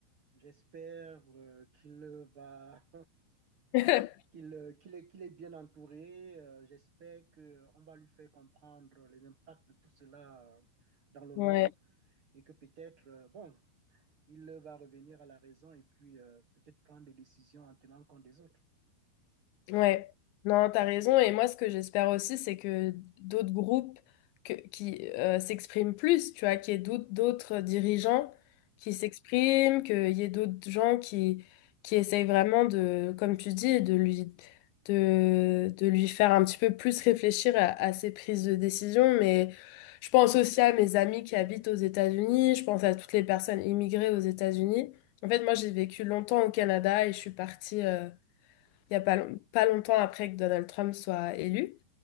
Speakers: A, on the right; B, on the left.
A: j'espère euh, qu'il va
B: <laughs>
A: <laughs> qu'il euh, qu'il qu'il est bien entouré. Euh, j'espère que on va lui faire comprendre les impacts de tout cela euh, dans le monde
B: Ouais.
A: et que peut-être euh, bon, il va revenir à la raison et puis euh, peut-être prendre des décisions en tenant compte des autres.
B: Ouais, non, t'as raison. Et moi, ce que j'espère aussi, c'est que d'autres groupes que- qui euh, s'expriment plus, tu vois, qu'il y ait d'aut- d'autres dirigeants qui s'expriment, qu'il y ait d'autres gens qui, qui essayent vraiment de, comme tu dis, de lui, de, de lui faire un petit peu plus réfléchir à, à ses prises de décision. Mais je pense aussi à mes amis qui habitent aux États-Unis, je pense à toutes les personnes immigrées aux États-Unis. En fait, moi, j'ai vécu longtemps au Canada et je suis partie. euh, il n'y a pas, long- pas longtemps après que Donald Trump soit élu.